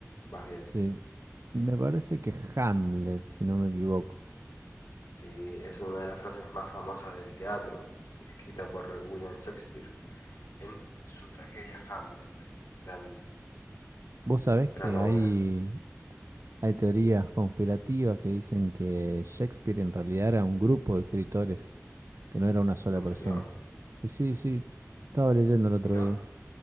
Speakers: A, on the left; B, on the right.
A: Vas bien.
B: sí, me parece que Hamlet, si no me equivoco.
A: Sí, es una de las frases más famosas del teatro, escrita por William Shakespeare en su tragedia Hamlet. Gran,
B: Vos sabés que
A: gran obra.
B: hay, hay teorías conspirativas que dicen que Shakespeare en realidad era un grupo de escritores, que no era una sola
A: ¿En
B: persona.
A: serio?
B: Y sí, sí, estaba leyendo el otro
A: Mira,
B: día.